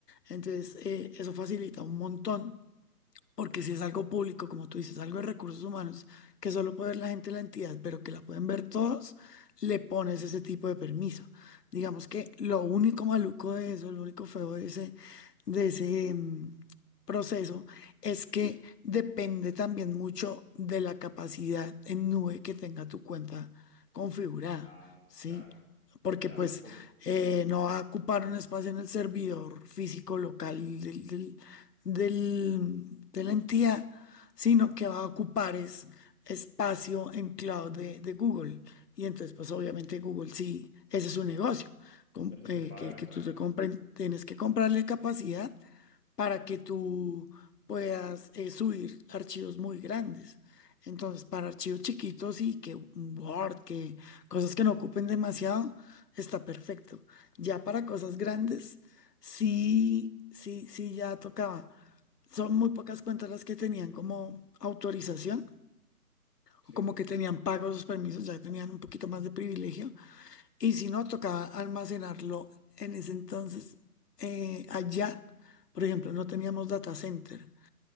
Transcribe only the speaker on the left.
Entonces, eh, eso facilita un montón. Porque si es algo público, como tú dices, algo de recursos humanos, que solo puede ver la gente de la entidad, pero que la pueden ver todos, le pones ese tipo de permiso. Digamos que lo único maluco de eso, lo único feo de ese, de ese mm, proceso, es que depende también mucho de la capacidad en nube que tenga tu cuenta configurada,
¿sí?
Porque
pues
eh, no va a ocupar un espacio en el servidor físico local del, del- del- de la entidad, sino que va a ocupar es espacio en cloud de, de Google. Y entonces, pues obviamente Google sí, ese es su negocio, com-
eh,
que, que
tú te compren, tienes que comprarle capacidad para que tú puedas eh, subir archivos muy grandes. Entonces, para archivos chiquitos y que un Word, que cosas que no ocupen demasiado, está perfecto. Ya para cosas grandes, sí, sí, sí, ya tocaba. Son muy pocas cuentas las que tenían como autorización,
o como que tenían pagos los permisos, ya tenían un poquito más de privilegio. Y si no, tocaba almacenarlo en ese entonces eh, allá. Por ejemplo, no teníamos data center,